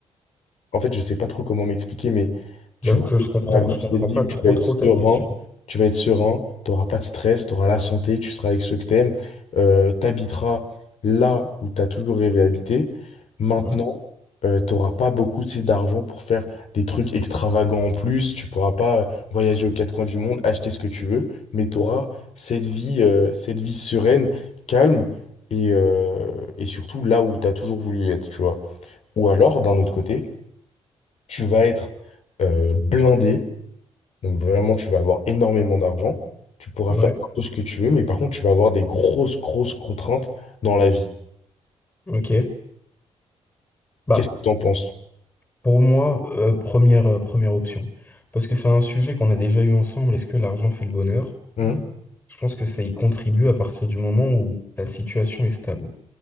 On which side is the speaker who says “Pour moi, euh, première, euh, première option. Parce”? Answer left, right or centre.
Left